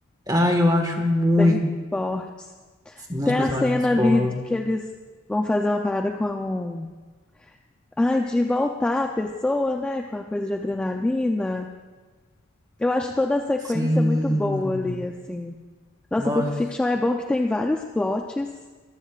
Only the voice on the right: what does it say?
Ai, eu acho muito.
Uns
personagens
fora.
Sim.
Nossa,